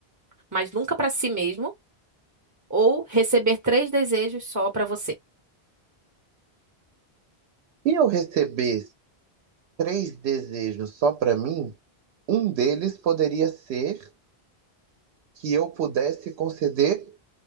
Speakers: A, on the right; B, on the right.
A: mas nunca pra si mesmo? Ou receber três desejos só pra você.
B: Se eu receber três desejos só para mim, um deles poderia ser que eu pudesse conceder